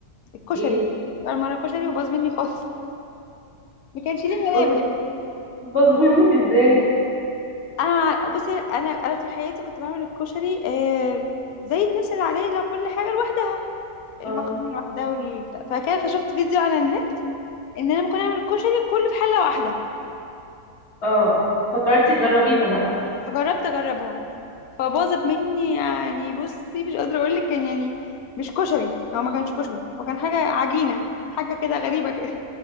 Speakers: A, on the left; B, on the left.
A: الكشري
B: ايه
A: اول مره كشري وباظ مني خالص ما كانش ليه ملامح
B: باظ باظ منك ازاي
A: انا بصي انا انا طول حياتي كنت بعمل الكشري آه زي الناس العاديه لو كل حاجه لوحدها المكرونه
B: اه
A: لوحدها والبتاع فكده فشفت فيديو على النت ان انا ممكن اعمل الكشري كله في حله واحده
B: اه فكرتي تجربيها بقى
A: فجربت اجربها فباظت مني يعني بصي مش قادره اقول لك كان يعني مش كشري هو ما كانش كشري هو كان حاجه عجينه حاجه كده غريبه كده